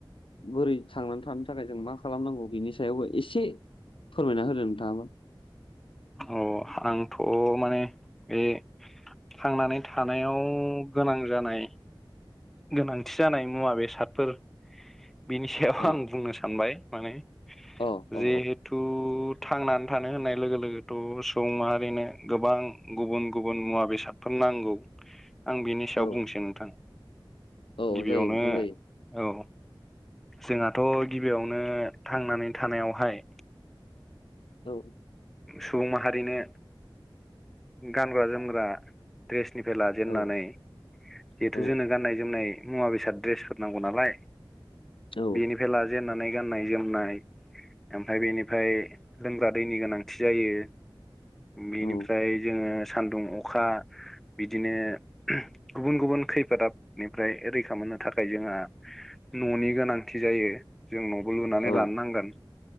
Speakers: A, on the left (about 80°); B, in the centre.
A: बोरै थांनानै थानो थाखाय जों मा खालामनांगौ बिनि सायावबो एसे। फोरमायना होदो नोंथाङामोन।
B: औ आंथ' माने। बे थांनानै थानायाव गोनां जानाय। गोनांथि जानाय मुवा बेसादफोर। बिनि सायाव
A: औ
B: आं बुंनो सानबाय माने
A: औ औ
B: जे। थु थांनानै थानो होननाय लोगो लोगोथ' सुबुं माहारिनो गोबां। गुबुन गुबुन मुवा बेसाद। फोर नांगौ आं बिनि सायाव
A: औ
B: बुंसै नोंथां
A: औ
B: गिबियावनो।
A: जायो नोंथां जायो
B: औ। जोंहाथ' गिबियावनो थांनानै थानायावहाय।
A: औ।
B: सुबुं माहारिनो गानग्रा जोमग्रा। दड्रेसनिफ्राय लाजेननानै।
A: औ
B: जिहेथु
A: औ
B: जोंनो गाननाय जोमनाय मुवा बेसाद द्रेसफोर नांगौ नालाय।
A: औ
B: बेनिफ्राय लाजेेननानै गाननाय जोमनाय। ओमफ्राय बेनिफ्राय लोंग्रा दैनि गोनांथि जायो। बेनिफ्राय
A: औ
B: जोङो सानदुं अखा। बिदिनो गुबुन गुबुन खैफोदाआफोद निफ्राय रैखा मोननो थाखाय जोंहा। न'नि गोनांथि जायो जों न'बो लुनानै
A: औ
B: लानो नांगोन।